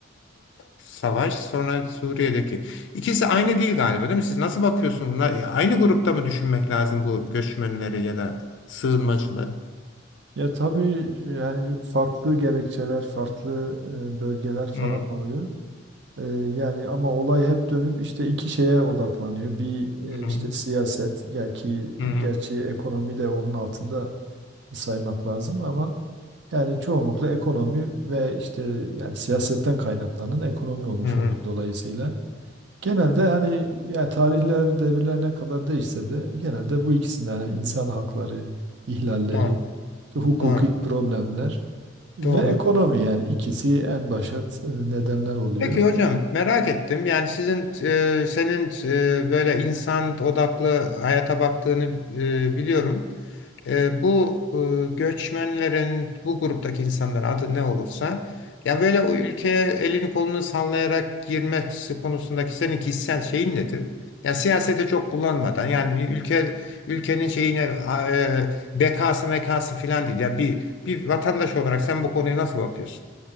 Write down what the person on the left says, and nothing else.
savaş, sonra Suriye'deki. İkisi aynı değil galiba, değil mi? Siz nasıl bakıyorsunuz buna? Ya Aynı grupta mı düşünmek lazım bu göçmenleri ya da sığınmacıları?
Hı
hı
hı
hı. hı.
Doğru,
doğru,
doğru.
Peki hocam merak ettim. Yani sizin e, senin e, böyle insan odaklı hayata baktığını e, biliyorum. E, bu e, göçmenlerin bu gruptaki insanlar adı ne olursa yani böyle o ülkeye elini kolunu sallayarak girmesi konusundaki senin kişisel şeyin nedir? Yani siyasete çok bulanmadan yani bir ülke ülkenin şeyine e, bekası mekası filan değil. Yani bir bir vatandaş olarak sen bu konuya nasıl bakıyorsun?